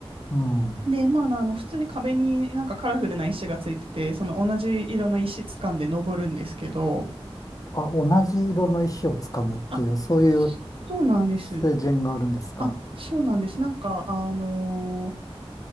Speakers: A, on the left; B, on the right.
A: うん。
B: で、まあ、あの、普通に壁になんかカラフルな石がついてて、その同じ色の石掴んで登るんですけど、
A: あ、同じ色の石をつかむっていう、
B: あ、
A: そういう
B: そうなんです。
A: 成人があるんですか。
B: あ、そうなんです。なんか、あのー